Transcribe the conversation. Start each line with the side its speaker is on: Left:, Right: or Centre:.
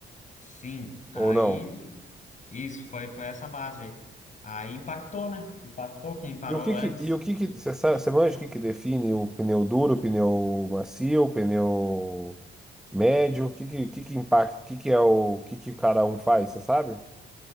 Left: Sim,
Centre: Ou
Left: aí
Centre: não?
Left: isso foi, foi essa base aí. Aí impactou, né? Impactou quem parou
Centre: E o que que,
Left: antes.
Centre: e o que que, você sabe, você manja o que que define o pneu duro, o pneu macio, o pneu médio? O que que, que que impacta, o que que é o, o que que cada um faz, você sabe?